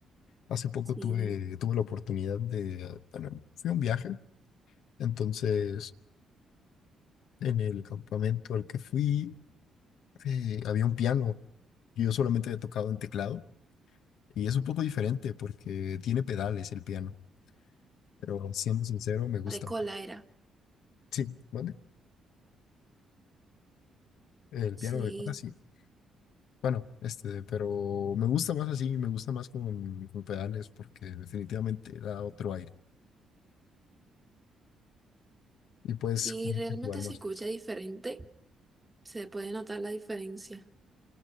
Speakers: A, on the left; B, on the right.
A: Hace poco
B: Sí.
A: tuve, tuve la oportunidad de, bueno, fui a un viaje, entonces en el campamento al que fui eh, había un piano. Yo solamente he tocado en teclado y es un poco diferente porque tiene pedales el piano, pero siendo sincero me gusta
B: de cola
A: más.
B: era.
A: Sí, ¿mande? El
B: Sí,
A: piano de cola, sí. Bueno, este, pero me gusta más así, me gusta más con, con pedales porque definitivamente da otro aire y puedes
B: sí,
A: como
B: realmente
A: que jugar
B: se
A: más
B: escucha
A: cosas.
B: diferente, se puede notar la diferencia.